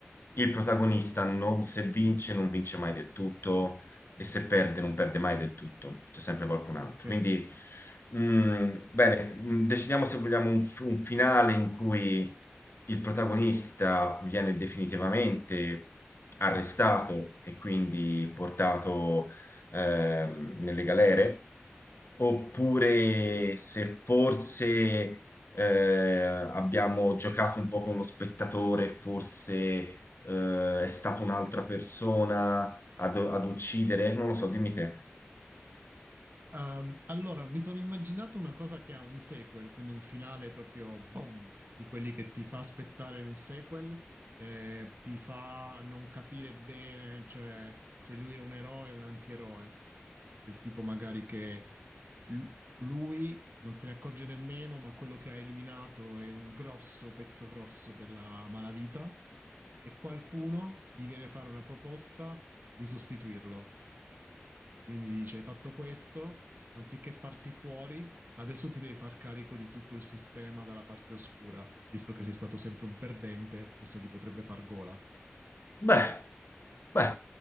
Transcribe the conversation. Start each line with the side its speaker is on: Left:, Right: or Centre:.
Left: il protagonista non, se vince, non vince mai del tutto e se perde, non perde mai del tutto, c'è sempre qualcun altro.
Right: ok.
Left: Quindi, mm, bene, mm, decidiamo se vogliamo un, f- un finale in cui il protagonista viene definitivamente arrestato e quindi portato ehm, nelle galere oppure se forse eh, abbiamo giocato un po' con lo spettatore, forse eh, è stata un'altra persona ad, ad uccidere, non lo so, dimmi te.
Right: Ehm, allora, mi sono immaginato una cosa che ha un sequel, quindi un finale proprio boom, di quelli che ti fa aspettare un sequel, eh, ti fa non capire bene, cioè se lui è un eroe o un antieroe, del tipo magari che l- lui non se ne accorge nemmeno, ma quello che ha eliminato è un grosso pezzo grosso della malavita e qualcuno gli viene a fare una proposta di sostituirlo. Quindi dice, hai fatto questo, anziché farti fuori, adesso ti devi far carico di tutto il sistema dalla parte oscura, visto che sei stato sempre un perdente, questo gli potrebbe far gola.
Left: Beh, beh,